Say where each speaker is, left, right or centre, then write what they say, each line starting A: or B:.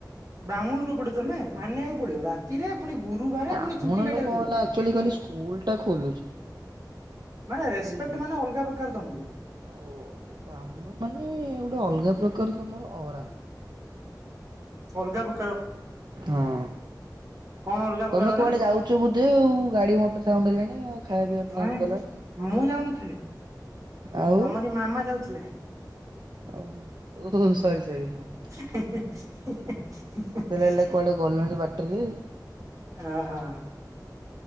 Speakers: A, on the right; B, on the right.
A: ବାହ୍ମୁଣୁ ଲୋକଟେ ତୁ ନା? ମାନିବାକୁ ପଡିବ। ରାତିରେ, ପୁଣି ଗୁରୁବାରେ,
B: ବ୍ରାହ୍ମଣ
A: ପୁଣି ଚୁଟି
B: ହେଲେ
A: କାଟିବାକୁ
B: କଣ
A: ଯିବ।
B: ହେଲା ଆକ୍ଚୁଆଲି ଖାଲି ସ୍କୁଲ ଟା ଖୋଲୁଛି
A: ମାନେ ରେସପେକ୍ଟ
B: ବୁଝୁଛ।
A: ମାନେ ଅଲଗା ପ୍ରକାର ତମକୁ।
B: ଆଉ ବ୍ରାହ୍ମଣ ମାନେ ଗୋଟେ ଅଲଗା ପ୍ରକାର ତମର ଅରା
A: ଅଲଗା ପ
B: ହଁ।
A: କଣ ଅଲଗା ପ୍ରକାର
B: ତମେ
A: ଅରା
B: କୁଆଡେ ଯାଉଛ ବୋଧେ ଆଉ ଗାଡି ମଟର ସାଉଣ୍ଡ ହେଲାଣି ଆଉ। ଖାଇବା ପିଇବା ପ୍ଲାନ୍
A: ନାଇଁ
B: କଲଣି
A: ମୁଁ ଯାଉନଥିଲି
B: ଆଉ
A: ତମରି ମାମା ଯାଉଥିଲେ। ହେ
B: ଓହୋ ଓହୋ ସରି ସରି ହଁ
A: ହେ ହିଁ ହିଁ ହୀ ହି ହିଁ
B: ମତେ
A: ହିଁ
B: ଲାଗିଲା କୁଆଡେ ଗଲଣି ବାଟରେ
A: ଅ ହ।